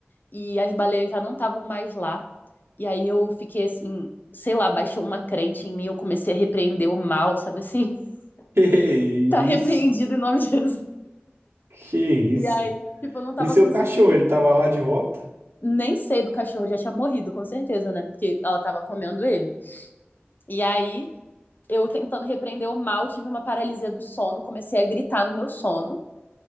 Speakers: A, on the left; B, on the right.
A: e as baleias já não estavam mais lá. E aí eu fiquei, assim, sei lá, baixou uma crente em mim, eu comecei a repreender o mal, sabe assim? <laughs>
B: Que
A: Tá repreendido
B: isso?
A: em nome de Jesus.
B: Que isso?
A: E aí, tipo, eu não tava
B: E seu
A: conseguindo.
B: cachorro, ele tava lá de volta?
A: Nem sei do cachorro, já tinha morrido, com certeza, né? Porque ela tava comendo ele. E aí, eu tentando repreender o mal, tive uma paralisia do sono, comecei a gritar no meu sono.